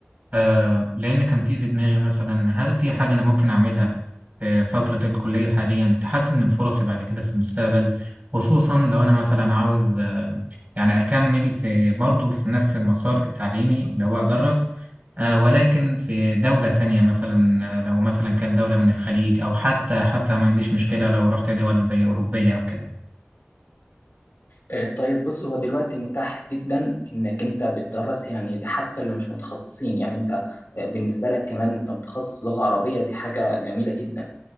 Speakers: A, on the right; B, on the left.
A: آه لأن كان في في دماغي مثلا هل في حاجة أنا ممكن أعملها في فترة الكلية حاليا تحسن من فرصي بعد كده في المستقبل خصوصا لو أنا مثلا عاوز آه يعني أكمل في برضه في نفس المسار التعليمي اللي هو أدرس آه ولكن في دولة تانية مثلا آه، لو مثلا كانت دولة من الخليج أو حتى حتى ما عنديش مشكلة لو رحت دول زي أوروبية أو كده
B: آه، طيب بص هو دلوقتي متاح جدا انك انت بتدرس يعني ده حتى اللي مش متخصصين يعني انت آه، بالنسبه لك كمان انت متخصص لغه عربيه دي حاجه جميله جدا